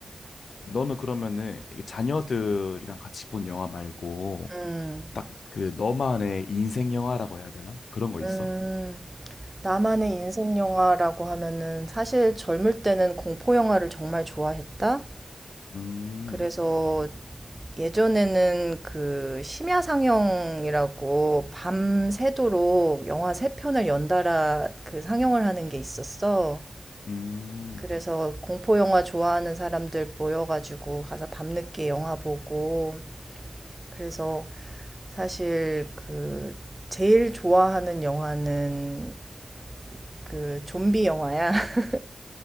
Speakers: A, on the left; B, on the right.
A: 너는 그러면은 이게 자녀들이랑 같이 본 영화 말고
B: 음,
A: 딱 음. 그 너만의 인생 영화라고 해야 되나? 그런 거 있어?
B: 음, 나만의 인생 영화라고 하면은 사실 젊을 때는 공포 영화를 정말 좋아했다?
A: 음.
B: 그래서 예전에는 그 심야 상영이라고 밤새도록 영화 세 편을 연달아 그 상영을 하는 게 있었어.
A: 음.
B: 그래서 공포 영화 좋아하는 사람들 모여가지고 가서 밤늦게 영화 보고 그래서 사실 그 제일 좋아하는 영화는 그 좀비 영화야. <laughs>